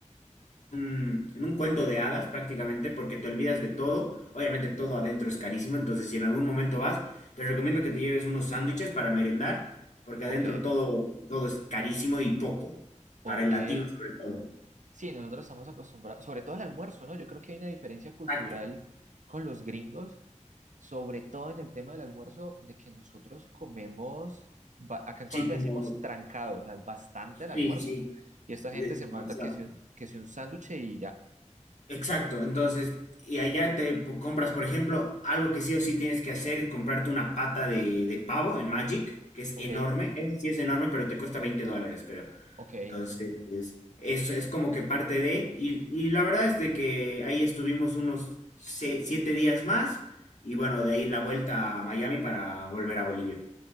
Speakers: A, on the left; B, on the right.
A: un- en un cuento de hadas prácticamente, porque te olvidas de todo. Obviamente todo adentro es carísimo, entonces si en algún momento vas, te recomiendo que te lleves unos sándwiches para merendar, porque
B: ok,
A: adentro todo, todo es carísimo y poco,
B: ok.
A: para el latino sobre todo.
B: Sí, nosotros estamos acostumbrados, sobre todo el almuerzo, ¿no? Yo creo que hay una diferencia cultural
A: Exacto.
B: con los gringos, sobre todo en el tema del almuerzo, de que nosotros comemos, ba- acá en Colombia
A: Sí, como,
B: decimos trancado, o sea, bastante
A: sí,
B: el almuerzo.
A: sí,
B: Y esta gente
A: de-
B: se manda
A: demasiado.
B: que si un, que si un sándwich y ya.
A: Exacto, entonces, y allá te po- compras, por ejemplo, algo que sí o sí tienes que hacer es comprarte una pata de, de pavo en Magic, que es
B: Ok,
A: enorme. Ese sí es enorme, pero te cuesta 20 dólares, creo.
B: ok,
A: Entonces, es- eso es como que parte de, y, y la verdad es de que ahí estuvimos unos se- siete días más, y bueno, de ahí la vuelta a Miami para volver a Bolivia.